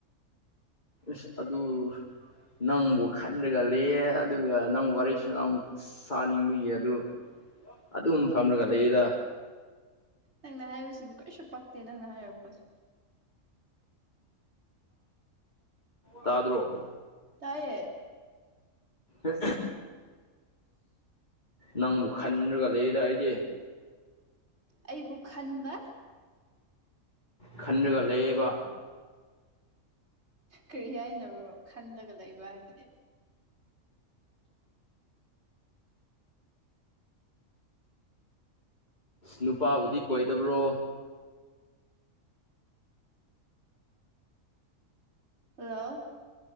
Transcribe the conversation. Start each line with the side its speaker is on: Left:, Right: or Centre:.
Left: ꯁ ꯑꯗꯨ ꯑꯗꯨ ꯅꯪꯕꯨ ꯈꯟꯂꯒ ꯂ ꯑꯗꯨꯒ ꯅꯪ ꯋꯥꯔꯤ ꯅꯪ ꯁꯥꯅꯤꯡꯕꯒꯤ ꯑꯗꯨ ꯑꯗꯨꯝ ꯐꯝꯔꯒ ꯂꯩꯗ
Right: ꯅꯪꯅ ꯍꯥꯏꯔꯤꯕꯁꯤꯡꯅ ꯀꯩꯁꯨ ꯄꯛꯇꯦ ꯅꯪꯅ ꯍꯥꯏꯔꯛꯄꯗꯣ
Left: ꯇꯥꯗ꯭ꯔꯣ
Right: ꯇꯥꯏꯌꯦ
Left: ꯑ ꯅꯪꯕꯨ ꯈꯟꯒ ꯂꯩꯗ ꯑꯩꯗꯤ
Right: ꯑꯩꯕꯨ ꯈꯟꯕ
Left: ꯈꯟꯂꯒ ꯂꯩꯌꯦꯕ
Right: ꯀꯔꯤ ꯍꯥꯏꯅꯕꯣ ꯈꯜꯂꯒ ꯂꯩꯕ ꯍꯥꯏꯕꯗꯤ
Left: ꯅꯨꯄꯥꯕꯨꯗꯤ ꯀꯣꯏꯗꯕ꯭ꯔꯣ
Right: ꯍꯜꯂꯣ